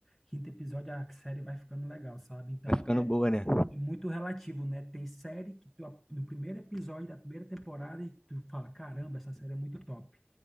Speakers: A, in the centre; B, on the left.
A: quinto episódio, a série vai ficando legal, sabe? Então,
B: Vai ficando boa, né?
A: e muito relativo, né? Tem série que tu, a- no primeiro episódio da primeira temporada tu fala, caramba, essa série é muito top.